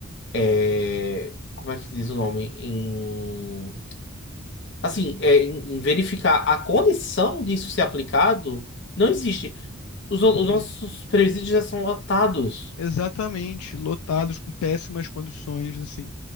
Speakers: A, on the left; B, on the left.
A: é, como é que diz o nome? Em, assim, é, em, em verificar a condição disso ser aplicado, não existe. Os, no- os
B: sim.
A: nossos presídios já são lotados.
B: Exatamente, lotados com péssimas condições, assim.